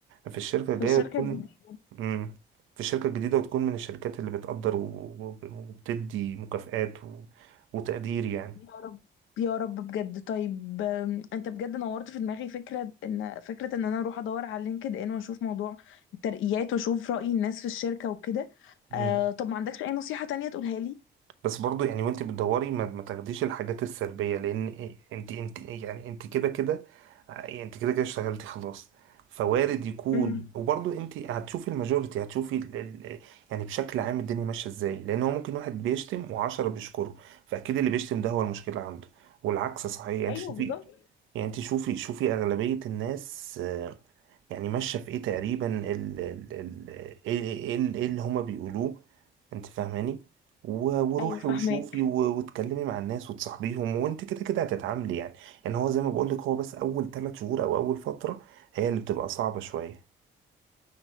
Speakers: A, on the right; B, on the left.
A: في الشركه الجايه
B: في الشركة
A: وتكون
B: الجديدة
A: امم في الشركه الجديده وتكون من الشركات اللي بتقدر و... و... وبتدي مكافآت و... وتقدير يعني
B: يا رب يا رب بجد طيب آم، انت بجد نورت في دماغي فكرة ان فكرة ان انا اروح ادور على لينكد ان واشوف موضوع الترقيات واشوف رأي الناس في الشركة وكده
A: مم.
B: آه طب ما عندكش اي نصيحة تانية تقولها لي
A: بس برضو يعني وانت بتدوري ما, ما تاخديش الحاجات السلبية لان إيه، انت انت إيه، يعني انت كده كده يعني انت كده كده اشتغلتي خلاص فوارد يكون
B: امم
A: وبرضو انت هتشوفي الماجوريتي هتشوفي ال... ال... يعني بشكل عام الدنيا ماشية ازاي لان هو ممكن واحد بيشتم وعشرة بيشكره فاكيد اللي بيشتم ده هو المشكلة عنده والعكس صحيح يعني انت
B: ايوه
A: شوفي
B: بالظبط
A: يعني انت شوفي شوفي اغلبية الناس يعني ماشية في ايه تقريبا ال ال ال ايه إيه- إيه- إيه اللي هما بيقولوه انت فاهماني و- وروحي
B: ايوه فاهماك
A: وشوفي و- واتكلمي مع الناس وتصاحبيهم وانت كده كده هتتعاملي يعني يعني هو زي ما بقولك هو بس اول ثلاث شهور او اول فترة هي اللي بتبقى صعبة شوية